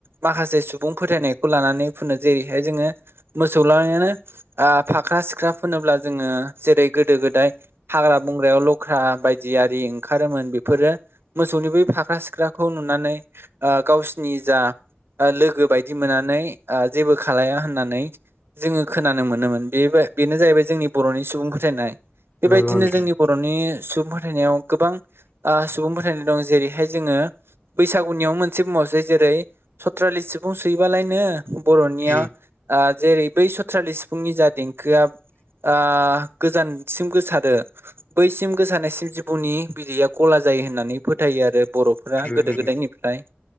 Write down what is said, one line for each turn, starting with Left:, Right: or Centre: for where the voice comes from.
Right: माखासे सुबुं फोथायनायखौ लानानै फुनो जेरैहाय जोङो मोसौ लानायानो ओ फाख्रा सिख्रा फोनोब्ला जोङो जेरै गोदो गोदाय हाग्रा बंग्रायाव लख्रा बायदि आरि ओंखारोमोन बेफोरो मोसौनि बै फाख्रा सिख्राखौ नुनानै ओ गावसिनि जा लोगो बायदि मोननानै ओ जेबो खालाया होननानै जोङो खोनानो मोनोमोन। बे बेनो जाहैबाय जोंनि बर'नि सुबुं फोथायनाय। बेबायदिनो
Left: नंगौ नोंथां
Right: जोंनि बर'नि सुबुं फोथायनायाव गोबां ओ सुबुं फोथायनाय दं जेरैहाय जोङो बैसागुनियावनो मोनसे बुङावसै जेरै सथ्रालिस सिफुं सुयोबालायनो बर'निया
Left: उम
Right: ओ जेरै बै सथ्रालि सिफुंनि जा देंखोआ ओ गोजानसिम गोसारो। बैसिम गोसारनायसिम जिबौनि बिदैया गला जायो होननानै फोथायो आरो बर'फोरा गोदो
Left: उम उम
Right: गोदायनिफ्राय